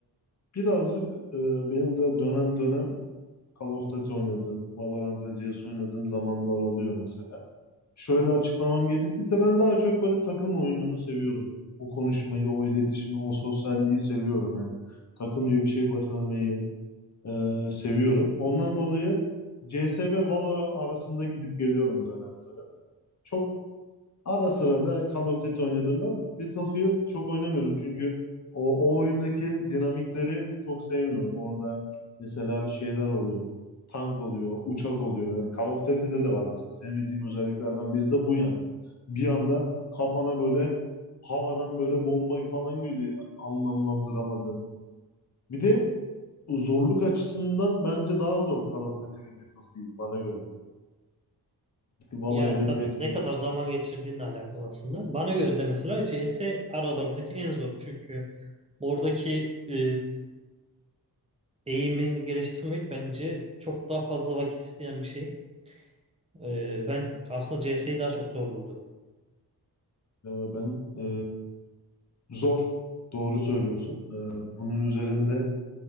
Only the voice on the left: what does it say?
birazcık e, benim de dönem dönem Call of Duty oynadığım, Valorant ve CS oynadığım zamanlar oluyor mesela. Şöyle açıklamam gerekirse ben daha çok böyle takım oyununu seviyorum. O konuşmayı, o iletişimi, o sosyalliği seviyorum yani. Takımca bir şey başarmayı e, seviyorum. Ondan dolayı CS ve Valo arasında gidip geliyorum dönem dönem. Çok Ara sıra da Call of Duty oynadığım var. Battlefield çok oynamıyorum çünkü o, o oyundaki dinamikleri çok sevmiyorum. Orada mesela şeyler oluyor. Tank oluyor, uçak oluyor. Mesela Call of Duty'de de var mesela. Sevmediğim özelliklerden biri de bu yani. Bir anda kafana böyle havadan böyle bomba falan geliyor anlamlandıramadığım. Bir de zorluk açısından bence daha zor Call of Duty ve Battlefield bana göre. Valo'ya
ve
DC'ye
göre.
Ee, ben e, Zor. Doğru söylüyorsun. Ee, bunun üzerinde